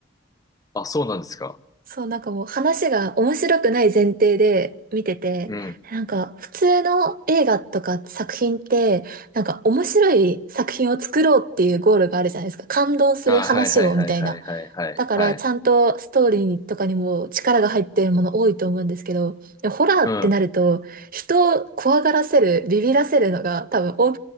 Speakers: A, on the left (about 20°); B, on the right (about 50°).
A: あ、そうなんですか。
B: そう、なんかもう話が面白くない前提で見てて、
A: うん。
B: なんか普通の映画とか作品って、なんか面白い作品を作ろうっていうゴールがあるじゃないですか。感動する話をみたいな。
A: ああ、はいはいはいはいはいはいはい。
B: だからちゃんとストーリーとかにも力が入ってるもの多いと思うんですけど、でホラーってなると、
A: うん。
B: 人を怖がらせる、ビビらせるのが多分お